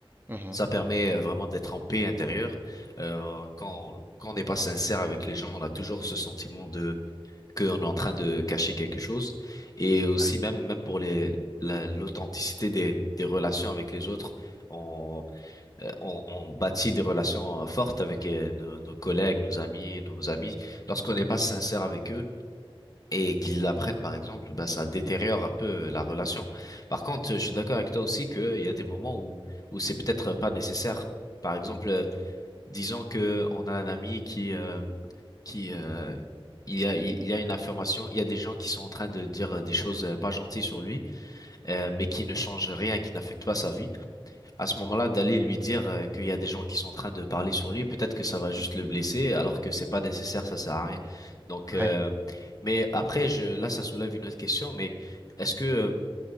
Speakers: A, on the right; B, on the left.
A: Mhm.
B: Ça permet euh, vraiment d'être en paix intérieure. Euh, quand, quand on n'est pas sincère avec les gens, on a toujours ce sentiment de qu'on est en train de cacher quelque chose. Et aussi
A: Ouais.
B: même même pour les la- l'authenticité des des relations avec les autres, on euh, on, on bâtit des relations euh, fortes avec euh, nos, nos collègues, nos amis, nos amis. Lorsqu'on n'est pas sincère avec eux et qu'ils l'apprennent par exemple, ben ça détériore un peu euh, la relation. Par contre, je suis d'accord avec toi aussi qu'il y a des moments où où c'est peut-être pas nécessaire. Par exemple, euh, disons que on a un ami qui euh, qui euh, il y a il y a une affirmation, il y a des gens qui sont en train de dire des choses euh, pas gentilles sur lui, euh, mais qui ne changent rien, qui n'affectent pas sa vie à ce moment-là d'aller lui dire euh, qu'il y a des gens qui sont en train de parler sur lui, peut-être que ça va juste le blesser, alors que c'est pas nécessaire, ça sert à rien. Donc, euh,
A: Ouais.
B: mais après, je, là, ça soulève une autre question, mais est-ce que euh,